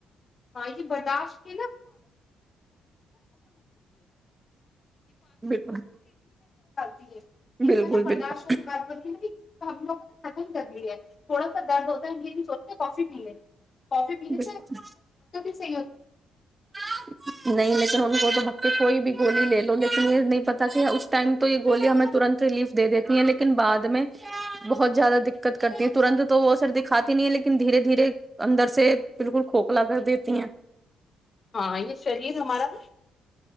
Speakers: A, on the left (about 40°); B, on the right (about 20°).
A: <unintelligible> <unintelligible> ڈالتی
B: بالکل
A: <unintelligible> یہ
B: بالکل
A: جو ہے
B: بالکل
A: نا ہم لوگوں نے یہ نہیں سوچتے کافی پی لے کافی پینے
B: بالکل
A: سے
B: <inaudible>
A: ہاں یہ شریر ہمارا